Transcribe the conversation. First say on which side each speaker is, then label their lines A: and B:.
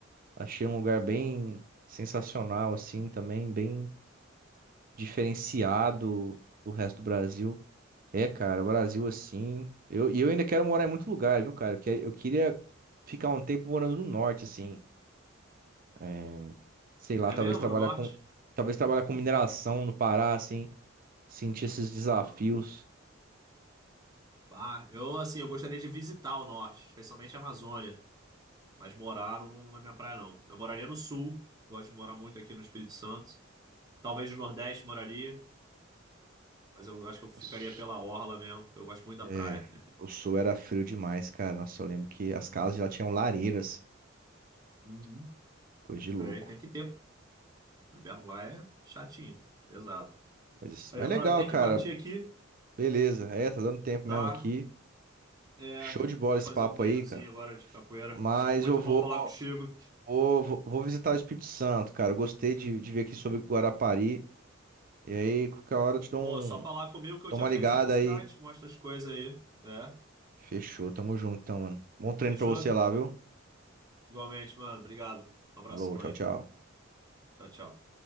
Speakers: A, on the right; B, on the right.
A: Achei um lugar bem sensacional, assim, também. Bem diferenciado do resto do Brasil. É, cara, o Brasil assim. Eu, e eu ainda quero morar em muito lugar, viu, cara? Porque eu queria ficar um tempo morando no norte, assim. É, sei lá,
B: É
A: talvez
B: mesmo?
A: trabalhar
B: No norte?
A: com. Talvez trabalhar com mineração no Pará, assim. Sentir esses desafios.
B: Ah, Pá, eu assim, eu gostaria de visitar o norte, especialmente a Amazônia, mas morar não não é minha praia, não. Eu moraria no sul, gosto de morar muito aqui no Espírito Santo. Talvez no Nordeste moraria, mas eu acho que eu ficaria
A: Nossa,
B: pela orla mesmo, porque eu gosto muito da
A: É,
B: praia.
A: o sul era frio demais, cara. Nossa, eu lembro que as casas já tinham lareiras.
B: Uhum.
A: Coisa de louco.
B: Tem, tem que ter. pô. O inverno lá é chatinho, pesado.
A: Mas,
B: Aí,
A: mas
B: meu
A: legal,
B: brother, eu tenho
A: cara.
B: que partir aqui,
A: Beleza. É, tá dando tempo
B: tá?
A: mesmo aqui.
B: É,
A: Show de bola
B: vou
A: esse
B: fazer
A: papo
B: um treinozinho
A: aí, cara.
B: agora de capoeira.
A: Mas
B: Muito
A: eu vou.
B: bom falar contigo.
A: Vou, vou, vou visitar o Espírito Santo, cara. Gostei de, de ver aqui sobre Guarapari. E aí, qualquer hora eu te dou,
B: Pô,
A: um,
B: só falar comigo que eu
A: dou
B: te
A: uma
B: apresento
A: ligada
B: a cidade,
A: aí.
B: te mostro as coisas aí. É,
A: Fechou, tamo junto então, mano. Bom treino
B: fechou?
A: pra você lá, viu?
B: Igualmente, mano. Obrigado. Um abração
A: Falou, tchau,
B: aí.
A: tchau.
B: Tchau, tchau.